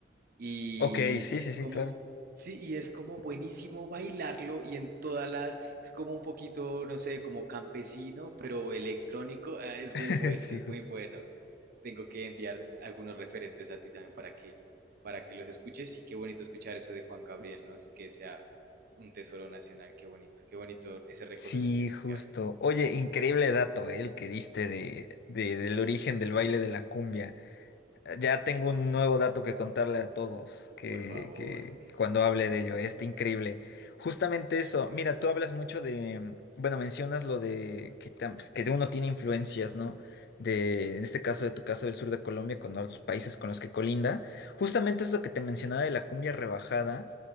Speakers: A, on the right; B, on the left.
A: Y
B: Ok, sí,
A: es
B: sí, sí,
A: como,
B: claro.
A: sí, y es como buenísimo bailarlo y en todas las, es como un poquito, no sé, como campesino, pero electrónico. Ah, es
B: <laughs>
A: muy bueno,
B: Sí,
A: es
B: justo.
A: muy bueno. Tengo que enviar algunos referentes a ti también para que, para que los escuches. Y qué bonito escuchar eso de Juan Gabriel, ¿no? Es que sea un tesoro nacional, qué bonito, qué bonito ese reconocimiento
B: Sí, justo.
A: que hay.
B: Oye, increíble dato, eh, el que diste de, de- del origen del baile de la cumbia. Ya tengo un nuevo dato que contarle a todos que,
A: Por favor.
B: que
A: <laughs>
B: cuando hable de ello, este increíble. Justamente eso, mira, tú hablas mucho de, bueno, mencionas lo de que, tam- que de uno tiene influencias, ¿no? De, en este caso, de tu caso del sur de Colombia, con los países con los que colinda. Justamente eso que te mencionaba de la cumbia rebajada,